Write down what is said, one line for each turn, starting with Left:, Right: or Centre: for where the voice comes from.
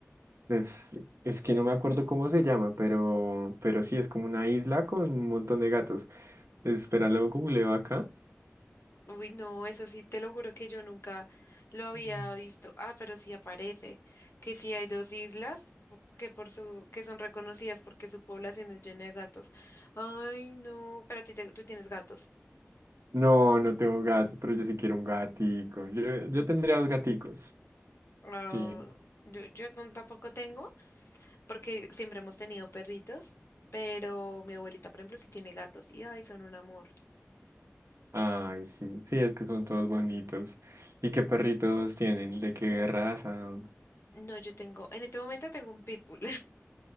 Right: Es, es que no me acuerdo cómo se llama, pero, pero sí, es como una isla con un montón de gatos. Espera, luego googleo acá.
Left: Uy, no, eso sí, te lo juro que yo nunca lo había
Right: Mm.
Left: visto. Ah, pero sí aparece que sí hay dos islas pu- que por su que son reconocidas porque su población es llena de gatos. Ay, no, pero a ti te- tú tienes gatos.
Right: No, no tengo gatos, pero yo sí quiero un gatico. Yo, yo tendría dos gaticos.
Left: Ah,
Right: Sí.
Left: yo yo no- tampoco tengo porque siempre hemos tenido perritos, pero mi abuelita, por ejemplo, sí tiene gatos y ay, son un amor.
Right: Ay, sí. Sí, es que son todos bonitos. ¿Y qué perritos tienen? ¿De qué raza?
Left: No, yo tengo, en este momento tengo un pitbull.